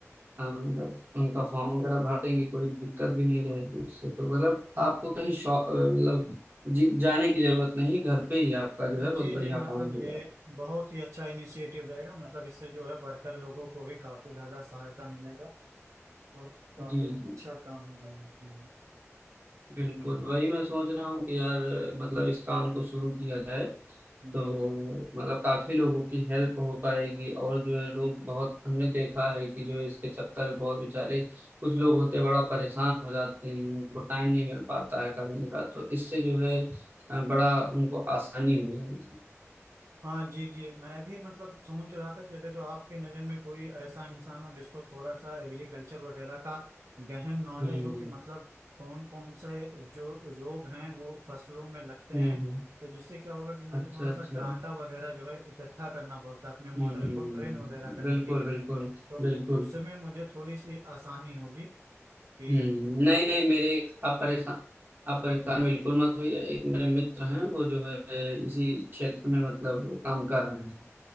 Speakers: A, on the right; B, on the right.
A: हाँ, मतलब उनका फॉर्म वगैरह भर देंगे कोई दिक्कत भी नहीं रहेगी उससे तो मतलब
B: हाँ
A: आपको कहीं शॉ- अ, मतलब जी- जाने की जरूरत नहीं घर पे ही आपका जो है बहुत
B: जी
A: बढ़िया
B: जी
A: काम
B: मतलब
A: हो जाएगा
B: ये बहुत ही अच्छा इनिशिएटिव रहेगा मतलब इससे जो है वर्कर लोगों को भी काफी ज्यादा सहायता मिलेगा और काफी
A: जी
B: अच्छा
A: जी
B: काम होगा ये अपना।
A: बिल्कुल
B: हम्म
A: वही मैं सोच रहा हूँ कि यार मतलब इस काम को शुरू किया जाए
B: हम्म।
A: तो मतलब काफी लोगों की हेल्प हो पाएगी और जो है लोग बहुत हमने देखा है कि जो है इसके चक्कर में बहुत बेचारे कुछ लोग होते बड़ा परेशान हो जाते हैं उनको टाइम नहीं मिल पाता है करने का तो इससे जो है अ, बड़ा उनको आसानी हो जाएगी
B: हाँ जी जी मैं भी मतलब सोच रहा था कि अगर जो आपकी नज़र में कोई ऐसा इंसान हो जिसको थोड़ा सा एग्रीकल्चर वगैरह का गहन नॉलेज
A: हम्म
B: हो कि मतलब कौन कौन से जो रोग हैं वो फसलों में लगते
A: हम्म
B: हैं
A: हम्म।
B: तो जिससे क्या होगा कि मुझे
A: अच्छा
B: थोड़ा
A: अच्छा
B: सा डाटा वगैरह जो है इकट्ठा करना पड़ता है अपने मॉडल
A: हम्म
B: को ट्रेन वगैरह करने
A: बिल्कुल
B: के लिए
A: बिल्कुल
B: तो
A: बिल्कुल
B: उसमें मुझे थोड़ी सी आसानी होगी कि
A: हम्म
B: मतलब
A: नहीं नहीं मेरे आप परेशान आप परेशान
B: हम्म
A: बिल्कुल मत होइए एक मेरे मित्र हैं वो जो है इसी क्षेत्र में मतलब काम कर रहे हैं